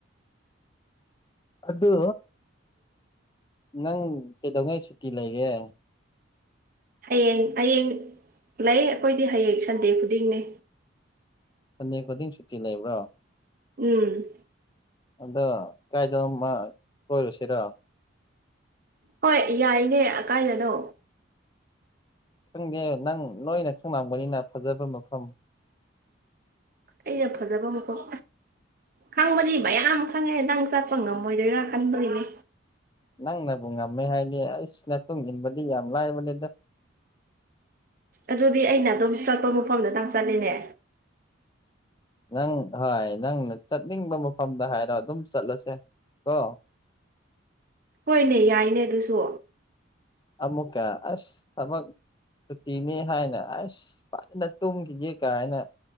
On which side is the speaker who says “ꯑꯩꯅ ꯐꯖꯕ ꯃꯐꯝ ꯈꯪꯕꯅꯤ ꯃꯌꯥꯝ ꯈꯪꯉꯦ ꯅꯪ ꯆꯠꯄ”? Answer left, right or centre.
Right